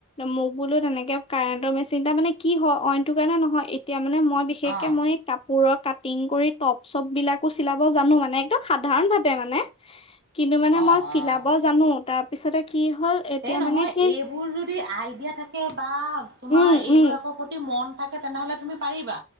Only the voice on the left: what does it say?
মোক বোলো তেনেকে কাৰেণ্টৰ মেচিনটা মানে কি অ অইনটো কাৰণে নহয় এতিয়া মানে মই বিশেষকে
মই কাপোৰৰ কাটিং কৰি। টপ চপ বিলাকো চিলাব জানো মানে একদম সাধাৰণ ভাৱে মানে কিন্তু মানে
মই চিলাব
জানো তাৰ পিছতে কি হ'ল এতিয়া
মানে সেই
উম
উম